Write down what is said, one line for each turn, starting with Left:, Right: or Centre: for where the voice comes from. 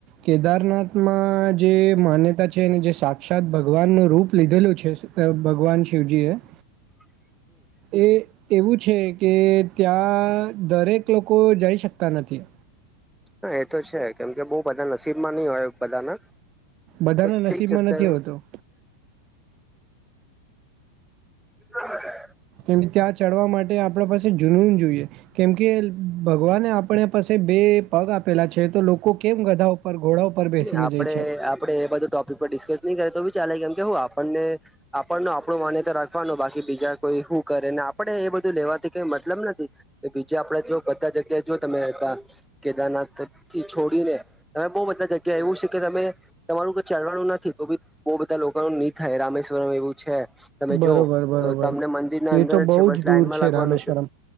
Right: કેદારનાથ માં જે માન્યતા છે એને જે સાક્ષાત ભગવાનનું રૂપ લીધેલું છે, ભગવાન શિવજીએ,
Centre: <inaudible> <unintelligible>
Right: એ એવું છે કે ત્યાં ત્યાં દરેક લોકો જઈ શકતા નથી.
Centre: હા, એ તો છે કેમ કે બહુ બધા નસીબમાં નહી હોય બધાના
Right: બધાના
Centre: ઠીક
Right: નસીબમાં
Centre: છે, ચલ
Right: નથી હોતો
Centre: <inaudible> <unintelligible>
Right: એ ત્યાં ચડવા માટે આપડા પાસે જૂનુન જોઈએ. કેમકે ભગવાને આપડા પાસે બે પગ આપેલા છે તો લોકો કેમ ગધા ઉપર ઘોડા ઉપર બેસીને
Centre: ને આપડે,
Right: જાય છે
Centre: આપડે એ બધું ટોપિક પર ડિસ્કસ નહી કરે તો બી ચાલે, કેમકે આપણને આપણનો આપડુ માન્યતા રાખવાનું બાકી બીજા કોઈ શું કરે ને આપે એ બધું લેવાથી કઈ મતલબ નથી. બીજે આપડે જો બધા જગ્યાએ જો તમે કેદારનાથથી છોડીને તમે બહુ બધા જગ્યા કે એવું છે કે તમે, તમારું કઈ ચાલવાનું નથી તો બી બધા લોકોનૂ નિ થાય, રામેશ્વર એવું છે. તમે
Right: બરોબર
Centre: જો
Right: બરોબર
Centre: તો તમને મંદિરના
Right: એ
Centre: અંદર
Right: તો
Centre: જ
Right: બહુ
Centre: છે, બસ લાઈનમાં
Right: દૂર
Centre: લાગવાનું
Right: રામેશ્વરમ
Centre: છે